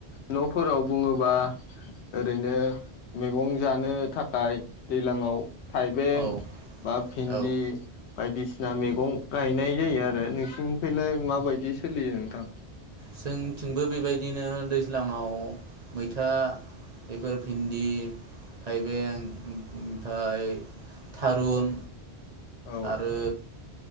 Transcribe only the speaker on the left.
न'फोराव बुङोबा ओरैनो मैगं जानो थाखाय दैलाङाव थाइबें
बा भिन्दि
बायदिसिना मैगं गायनाय जायो आरो नोंसिनिखैलाय माबायदि सोलियो नोंथां
औ